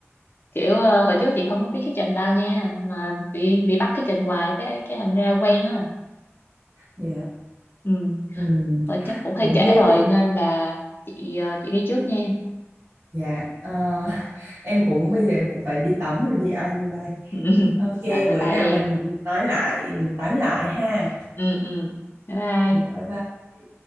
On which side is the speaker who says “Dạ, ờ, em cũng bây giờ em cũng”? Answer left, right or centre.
Right